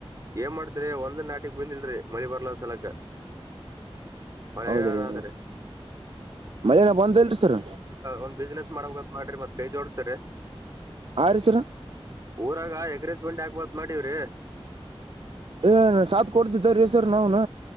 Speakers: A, on the right; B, on the right.
A: ಏನ್ ಮಾಡ್ತರಿ ಒಂದ ನಾಟಿಗೆ ಬಂದಿಲರಿ ಮಳಿ ಬರಲಾರ್ ಸಲಕ ಮಳೆ
B: ಹೌದ್ರಿ
A: ಗಾಲ ಅದ್ರೀ
B: ಮಳೆನ ಬಂದಲ್ರಿ ಸರ್
A: ಒಂದ್ ಬಿಸ್ನೆಸ್ ಮಾಡಬೇಕಂತ ಮಾಡ್ರಿ ಮತ್ ಕೈ ಜೋಡ್ಸ್ ಸರಿ
B: ಆರಿ ಸರ
A: ಊರಾಗ ಎಗ್ರೆಸ್ <inaudible> ಡಿ ಹಗ್ಬತ್ ಮಾಡೀವ್ರಿ
B: ಏ ಸಾತ್ ಕೊಡ್ತಿದ್ದ ರೀ ಸರ್ ನಾವ್ನ